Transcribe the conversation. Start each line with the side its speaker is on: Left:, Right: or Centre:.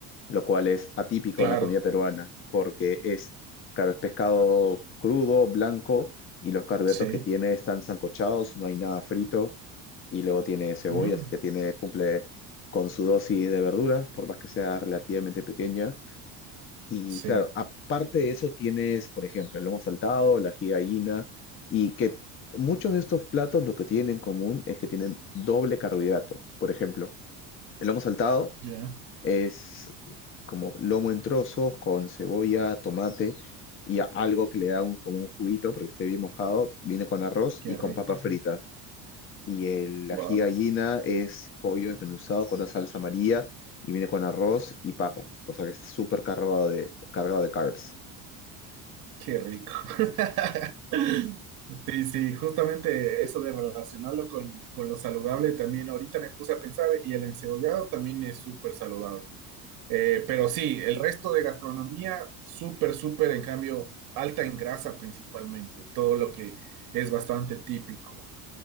Left: lo cual es atípico
Right: claro,
Left: en la comida peruana, porque es, claro, es pescado crudo, blanco, y los carbohidratos
Right: sí,
Left: que tiene están sancochados, no hay nada frito, y luego tiene cebolla,
Right: mm,
Left: así que tiene, cumple con su dosis de verduras, por más que sea relativamente pequeña. Y
Right: sí,
Left: claro, aparte de eso tienes, por ejemplo, el lomo saltado, la ají de gallina, y que muchos de estos platos lo que tienen en común es que tienen doble carbohidrato. Por ejemplo, el lomo saltado
Right: ya,
Left: es como lomo en trozos con cebolla, tomate y a- algo que le da un, como un juguito porque esté bien mojado. Viene con arroz
Right: qué
Left: y con
Right: rico,
Left: papas fritas. Y el ají
Right: wow.
Left: gallina es pollo desmenuzado con la salsa amarilla y viene con arroz y papa. O sea que es súper cargado de, cargado de carbs.
Right: Qué rico. <laughs> Sí, sí, justamente eso de relacionarlo con, con lo saludable también ahorita me puse a pensar y el encebollado también es súper saludable. Eh, pero sí, el resto de gastronomía, súper, súper, en cambio, alta en grasa principalmente, todo lo que es bastante típico.